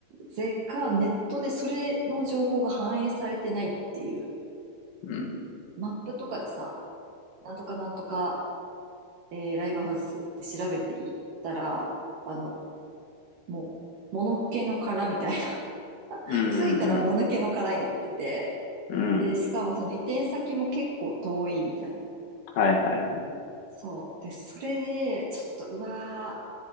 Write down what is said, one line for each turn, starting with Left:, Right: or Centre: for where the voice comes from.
Right: ぜかネットでそれの情報が反映されてないっていう、
Left: うん。
Right: マップとかでさ、なんとかなんとか、えーライブハウスって調べていったら、あの、もう、もぬけの殻みたいな、
Left: うん。
Right: <laughs>
Left: う
Right: 着いたらもぬけの殻になってて、
Left: ん。うん。
Right: で、
Left: うん
Right: しかもその移転先も結構遠いみたいな。
Left: はいはいはい。
Right: そう。で、それで、ちょっと、うわ